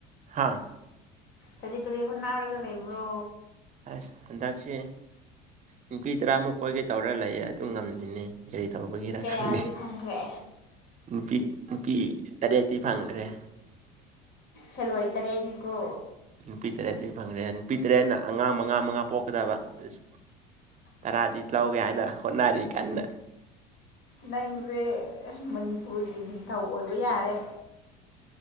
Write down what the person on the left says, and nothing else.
ꯀꯔꯤ ꯀꯔꯤ ꯍꯣꯠꯅꯔꯒ ꯂꯩꯕ꯭ꯔꯣ
ꯀꯌꯥꯗꯤ
ꯐꯪꯈ꯭ꯔꯦ
ꯍꯦꯜꯂꯣꯏ ꯇꯔꯦꯠꯅꯤꯀꯣ
ꯅꯪꯁꯦ ꯃꯅꯤꯄꯨꯔꯒꯤ ꯅꯤꯡꯊꯧ ꯑꯣꯏꯕ ꯌꯥꯔꯦ